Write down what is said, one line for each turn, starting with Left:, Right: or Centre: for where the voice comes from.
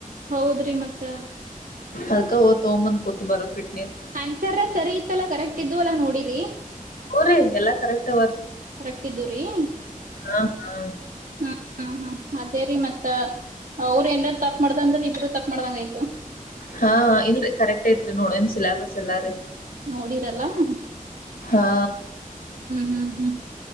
Right: ಹೌದ್ರಿ ಮತ್ತ.
Left: ಅದಕ ಹೋಗಿ ತೊಗೊಂಡ ಬಂದ ಕುಂತ ಬರದ ಬಿಟ್ನಿರಿ.
Right: ಆನ್ಸರಾ ಸರಿ ಇತ್ತಲ್ಲ ಕರೆಕ್ಟ್ ಇದ್ದುವಲ್ಲಾ ನೋಡಿರಿ.
Left: ಹೂ ರಿ ಎಲ್ಲಾ ಕರೆಕ್ಟ್ ಅವ
Right: ಕರೆಕ್ಟ್ ಇದ್ದುರಿ
Left: ಹ ಹಾ
Right: ಹ್ಮ್ ಹ್ಮ್ ಹ್ಮ್ ಅದೇ ರೀ ಮತ್ತ. ಅವ್ರು ಏನರ ತಪ್ಪ ಮಾಡ್ದ ಅಂದ್ರ ಇಬ್ಬರು ತಪ್ ಮಾಡ್ದಂಗ ಆಯತು.
Left: ಹಾ ಇಲ್ರಿ ಕರೆಕ್ಟ್ ಐತ್ರಿ ನೋಡೆನ್ ಸಿಲಾಬಸ್ ಎಲ್ಲಾರೀ.
Right: ನೋಡಿರಲ್ಲ ಹ್ಮ್
Left: ಹಾ
Right: ಹ್ಮ್ ಹ್ಮ್.